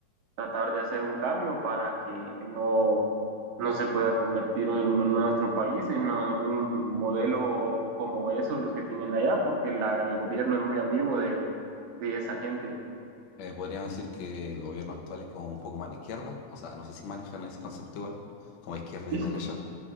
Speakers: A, on the right; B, on the left.
A: tratar de hacer un cambio para que no, no se pueda convertir en nuestro país en algún modelo como eso, los que tienen allá, porque la- el gobierno es muy amigo de, de esa gente.
B: Eh, podríamos decir que el gobierno actual es como un poco más de izquierda, o sea, no sé si manejan ese concepto igual, como izquierda
A: Sí,
B: y derecha.
A: sí,